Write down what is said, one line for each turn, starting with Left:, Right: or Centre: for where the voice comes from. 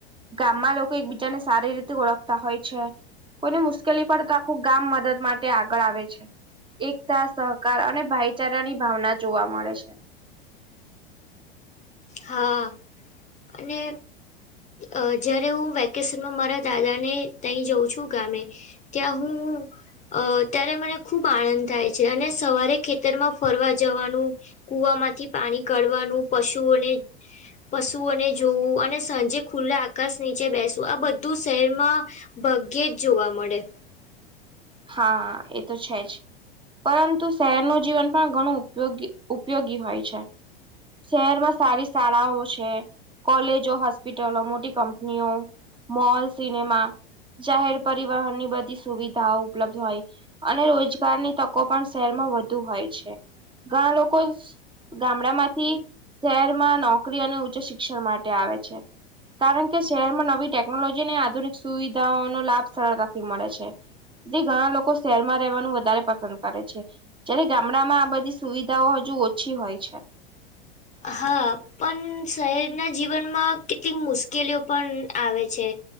Right: ગામમાં લોકો એકબીજાને સારી રીતે ઓળખતા હોય છે. કોઈને મુશ્કેલી પડે તો આખું ગામ મદદ માટે આગળ આવે છે. એકતા સહકાર અને ભાઈચારા ની ભાવના જોવા મળે છે.
Left: હા અને અ જયારે હું વેકેશનમાં મારા દાદા ને તં જાઉં છુ, ગામે ત્યાં હુ અ ત્યારે મને ખુબ આનંદ થાય છે, અને સવારે ખેતરમાં ફરવા જવાનું કુવામાંથી પાણી કાઢવાનું પશુઓને પશુઓને જોવું અને સાંજે ખુલ્લા આકાશ નીચે બેસવું આ બધું શહેરમાં ભગ્યે જ જોવા મળે
Right: હા એ તો છે જ પરંતુ શહેરનું જીવન પણ ઘણું ઉપયોગી ઉપયોગી હોય છે. શહેરમાં સારી શાળાઓ છે, કોલેજો હોસ્પિટલો મોટી કંપનીઓ મોલ સિનેમા જાહેર પરિવહન ની બધી સુવિધાઓ ઉપલબ્ધ હોય અને રોજગારની તકો પણ શહેરમાં વધુ હોય છે. ઘણા લોકો ગામડા માંથી શહેરમાં નોકરી અને ઉચ્ચ શિક્ષણ માટે આવે છે. કારણ કે શહેરમાં નવી ટેકનોલોજી અને આધુનિક સુવિધાઓનો લાભ સરળતાથી મળે છે. જે ઘણા લોકો શહેરમાં રહેવાનું વધારે પસંદ કરે છે. જયારે ગામડામાં આ બધી સુવિધાઓ હજુ ઓછી હોય છે.
Left: હા પણ શહેરના જીવનમાં કેટલીક મુશ્કેલીઓ પણ આવે છે.